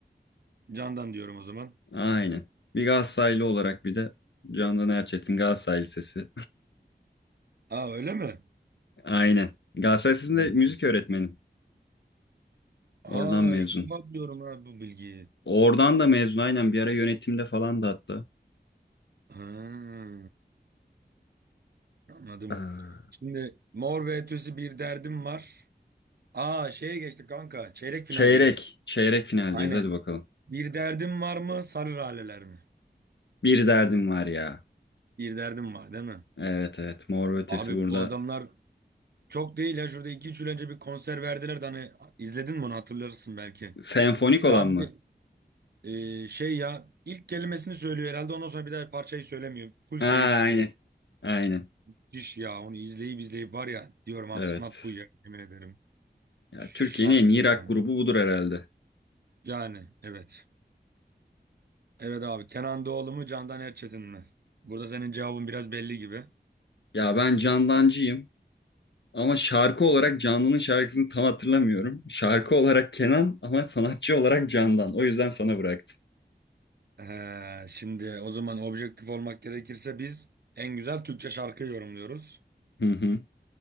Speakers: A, on the right; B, on the left.
A: Candan diyorum o zaman.
B: Aynen. Bir Galatasaraylı olarak bir de Candan Erçetin Galatasaraylı sesi.
A: Aa öyle mi?
B: <laughs> Aynen. Galatasaray Lisesi'nde
A: Hmm.
B: müzik öğretmeni.
A: Aa
B: Oradan mezun.
A: ilk defa duyuyorum ha bu bilgiyi.
B: Oradan da mezun aynen bir ara yönetimde falan da hatta.
A: Ha, anladım.
B: Aa,
A: Şimdi Mor ve Ötesi bir derdim var. Aa şeye geçtik kanka. Çeyrek finaldeyiz.
B: Çeyrek. Çeyrek finaldeyiz.
A: Aynen.
B: Hadi bakalım.
A: Bir derdim var mı? Sarı laleler mi?
B: Bir derdim var ya.
A: Bir derdim var değil mi?
B: Evet evet. Mor ve Ötesi
A: Abi
B: burada.
A: bu adamlar çok değil ya. Şurada iki üç yıl önce bir konser verdiler de hani izledin mi onu hatırlarsın belki.
B: Senfonik
A: Sadece
B: olan mı?
A: e, şey ya ilk kelimesini söylüyor herhalde ondan sonra bir daha parçayı söylemiyor. Full
B: Aa,
A: seyirci söylüyor.
B: aynen. Aynen.
A: Müthiş ya onu izleyip izleyip var ya diyorum abi
B: Evet.
A: sanat bu ya yemin ederim.
B: Ya,
A: Şarkı
B: Türkiye'nin en iyi
A: bu
B: rock
A: yani.
B: grubu budur herhalde.
A: Yani evet. Evet abi Kenan Doğulu mu Candan Erçetin mi? Burada senin cevabın biraz belli gibi.
B: Ya ben Candancıyım. Ama şarkı olarak Canlı'nın şarkısını tam hatırlamıyorum. Şarkı olarak Kenan ama sanatçı olarak Candan. O yüzden sana bıraktım.
A: Ee, şimdi o zaman objektif olmak gerekirse biz en güzel Türkçe şarkıyı yorumluyoruz.
B: Hı hı.